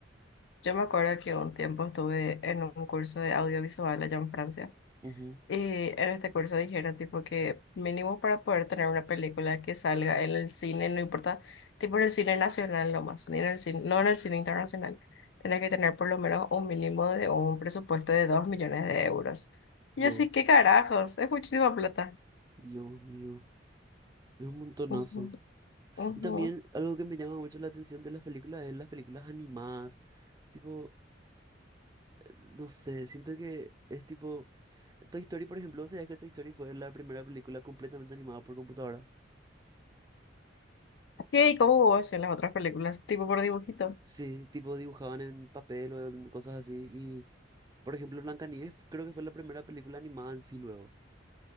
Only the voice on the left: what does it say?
Yo me acuerdo que un tiempo estuve en un curso de audiovisual allá en Francia
Y en este curso dijeron tipo que mínimo para poder tener una película que salga en el cine, no importa, tipo en el cine nacional nomás, ni en el cine, no en el cine internacional, tenés que tener por lo menos un mínimo de un presupuesto de 2 millones de euros.
Y yo así, ¿qué carajos? Es muchísima plata.
Ujú, ujú.
¿Qué? ¿Y cómo hubo así las otras películas? ¿Tipo por dibujito?